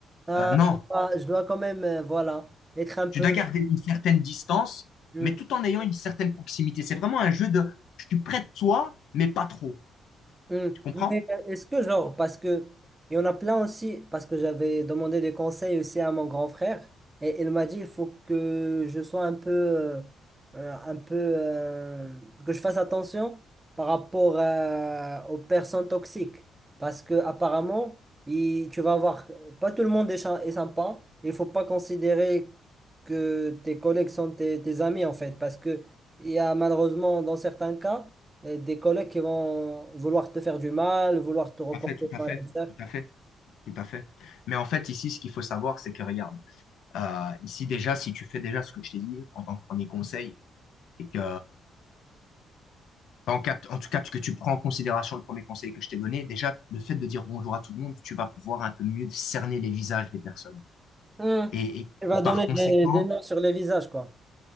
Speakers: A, on the right; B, on the left.
A: Ah,
B: Euh, non,
A: je dois, je dois quand même, euh, voilà, être un peu.
B: tu dois garder une certaine distance,
A: Hmm.
B: mais tout en ayant une certaine proximité. C'est vraiment un jeu de, je suis près de toi, mais pas trop.
A: Hmm.
B: Tu comprends?
A: Mais euh, est-ce que genre, parce que il y en a plein aussi, parce que j'avais demandé des conseils aussi à mon grand frère, et il m'a dit il faut que je sois un peu, euh, euh, un peu, euh, que je fasse attention par rapport euh, aux personnes toxiques, parce que apparemment, il- tu vas avoir, pas tout le monde est, cha- est sympa, il faut pas considérer que tes collègues sont tes, tes amis en fait, parce que il y a malheureusement dans certains cas euh, des collègues qui vont vouloir te faire du mal, vouloir te reporter
B: Tout à fait, tout à
A: au
B: fait,
A: manager.
B: tout à fait, tout à fait. Mais en fait, ici, ce qu'il faut savoir, c'est que regarde, euh, ici déjà, si tu fais déjà ce que je t'ai dit en tant que premier conseil, et que en, quatre- en tout cas, que tu prends en considération le premier conseil que je t'ai donné, déjà, le fait de dire bonjour à tout le monde, tu vas pouvoir un peu mieux cerner les visages des personnes.
A: Hmm.
B: Et, et-
A: Tu vas
B: et par
A: donner
B: conséquent,
A: des, des noms sur les visages, quoi.